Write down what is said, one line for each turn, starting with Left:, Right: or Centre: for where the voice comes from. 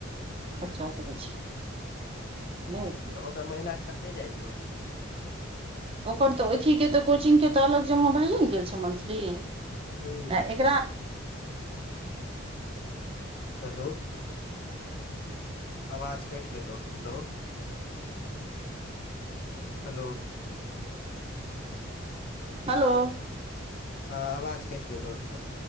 Right: खर्चा करै छै नहि
Left: ओकरा महीना कते जाइ छौ
Right: ओकर तऽ अथी के तऽ कोचिंग के तऽ अलग जमा भएए ने गेल छै मंथली
Left: हू
Right: आ एकरा
Left: हेलो आवाज कटि गेलो हेलो हेलो
Right: हलो
Left: ह आवाज कटि गेलो